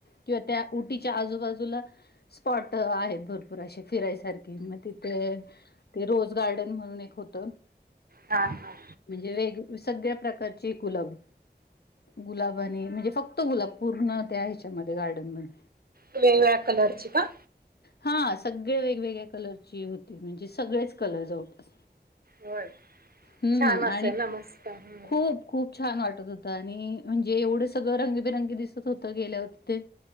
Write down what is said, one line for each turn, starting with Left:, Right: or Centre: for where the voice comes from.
Left: किंवा त्या उटीच्या आजूबाजूला स्पॉट आहेत भरपूर असे फिरायसारखे मग तिथे ते रोज गार्डन म्हणून एक होत
Right: हां हां
Left: म्हणजे वेग सगळ्या प्रकारचे गुलाब गुलाबाने आणि म्हणजे फक्त गुलाब पूर्ण त्या ह्याच्यामध्ये गार्डन मध्ये
Right: वेगवेगळ्या कलरची का?
Left: हा सगळे वेगवेगळ्या कलरची होती म्हणजे सगळेच कलर जवळपास.
Right: होय
Left: हम्म
Right: छान असेल
Left: आणि
Right: ना मस्त हं
Left: खूप खूप छान वाट त होत आणि म्हणजे एवढं सगळं रंगबिरंगी दिसत होत गेल्यावर तिथे